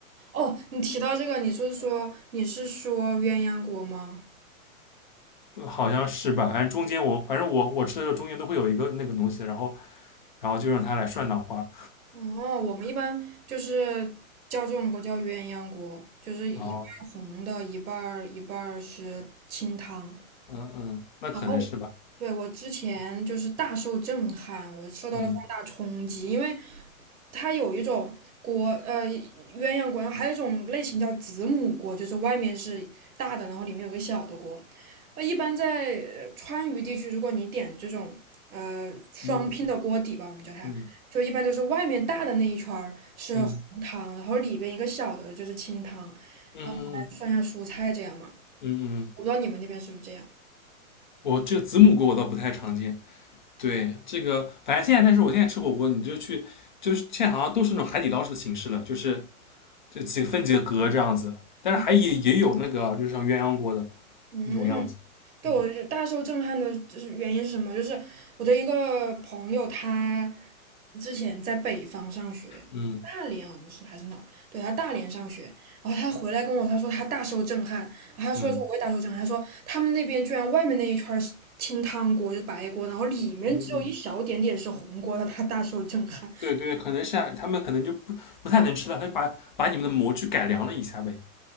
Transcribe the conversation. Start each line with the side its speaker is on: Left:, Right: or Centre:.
Right: 哦，你提到这个，你是说你是说鸳鸯锅吗？
Left: 呃好像是吧？反正中间我反正我我吃的时候中间都会有一个那个东西，然后然后就让它来涮脑花，
Right: 哦，我们一般就是叫这种锅叫鸳鸯锅，就是一半儿红的，
Left: 然后
Right: 一半儿一半儿是清汤。
Left: 嗯嗯，那可能是吧，
Right: 然后，对，我之前就是大受震撼，我受到了放大冲击，
Left: 嗯
Right: 因为它有一种锅，呃，鸳鸯锅，然后还有一种类型叫子母锅，就是外面是大的，然后里面有个小的锅。呃，一般在呃川渝地区，如果你点这种呃双拼的锅底吧，
Left: 嗯
Right: 我们叫它，
Left: 嗯
Right: 就一般都是外面大的那一圈儿是红汤，
Left: 嗯
Right: 然后里边一个小的就是清汤，
Left: 嗯嗯
Right: 然后拿来涮一下蔬菜这样嘛。
Left: 嗯嗯，嗯
Right: 我不知道你们那边是不是这样？
Left: 我这个子母锅我倒不太常见。对，这个反正现在，但是我现在吃火锅，你就去，就是现在好像都是那种海底捞式的形式了，就是这几个分几个格这样子，但是还也也有那个就是像鸳鸯锅的
Right: 嗯嗯。
Left: 那种样子，
Right: 对我就大受震撼的就是原因是什么？
Left: 嗯
Right: 就是我的一个朋友，他之前在北方上学，
Left: 嗯
Right: 大连好像是还是哪儿？对，他大连上学，然后他回来跟我他说他大受震撼，然后他说说我也大受震撼，
Left: 嗯
Right: 他说他们那边居然外面那一圈儿是清汤锅，就是白锅，然后里面只有一小点点是红锅，
Left: 嗯，
Right: 他他大受震撼，
Left: 对对，可能是啊他们可能就不不太能吃了，他就把把你们的模具改良了一下呗，